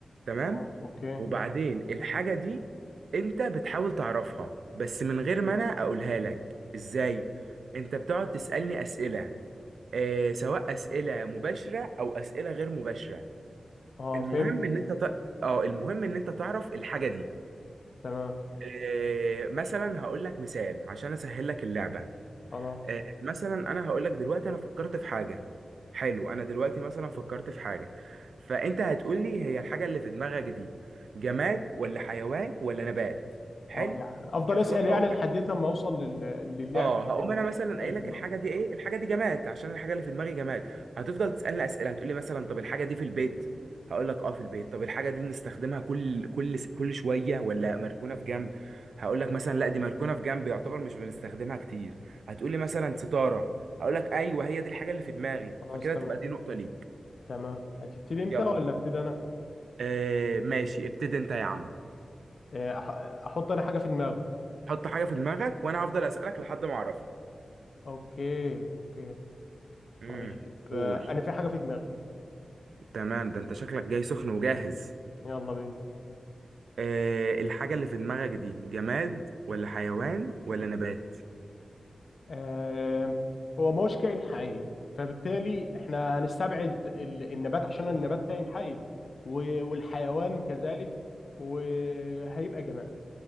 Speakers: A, on the right (about 80°); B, on the left (about 65°).
A: تمام
B: اه اوكي
A: وبعدين الحاجة دي أنت بتحاول تعرفها بس من غير ما أنا أقولها لك إزاي أنت بتقعد تسألني أسئلة آه سواء أسئلة مباشرة أو أسئلة غير مباشرة
B: اه
A: المهم
B: فهمت
A: إن أنت ت... آه المهم إن أنت تعرف الحاجة دي
B: تمام
A: آه مثلا هقول لك مثال عشان أسهل لك اللعبة
B: خلاص
A: آه، مثلا انا هقول لك دلوقتي انا فكرت في حاجه حلو انا دلوقتي مثلا فكرت في حاجه فانت هتقول لي هي الحاجه اللي في دماغك دي جماد ولا حيوان ولا نبات حلو
B: اه لا افضل
A: هتقول
B: اسال يعني لحد ما اوصل لل- للعبه
A: اه هقوم
B: لل-
A: انا مثلا
B: للحاجه
A: قايل
B: اللي في
A: لك
B: دماغي
A: الحاجه دي ايه الحاجه دي جماد عشان الحاجه اللي في دماغي جماد هتفضل تسالني اسئله هتقول لي مثلا طب الحاجه دي في البيت هقول لك اه في البيت طب الحاجه دي بنستخدمها كل كل س- كل شويه ولا مركونه في جنب هقول لك مثلا لا دي مركونه في جنب يعتبر مش بنستخدمها كتير هتقول لي مثلا ستاره هقول لك ايوه هي دي الحاجه اللي في دماغي
B: خلاص
A: فكده
B: تمام
A: تبقى دي نقطه ليك
B: تمام هتبتدي انت
A: يلا
B: ولا ابتدي انا
A: آه ماشي ابتدي انت يا عم
B: آه، أح- احط انا حاجه في دماغي
A: حط حاجه في دماغك وانا هفضل اسالك لحد ما اعرفها
B: اوكي اوكي طيب
A: امم قول
B: آه، انا في حاجه في دماغي
A: تمام ده انت شكلك جاي سخن وجاهز
B: يلا بينا
A: أه الحاجة اللي في دماغك دي جماد ولا حيوان ولا نبات
B: آه، هو ما هوش كائن حي فبالتالي احنا هنستبعد ال- النبات عشان النبات كائن حي و- والحيوان كذلك وهيبقى جماد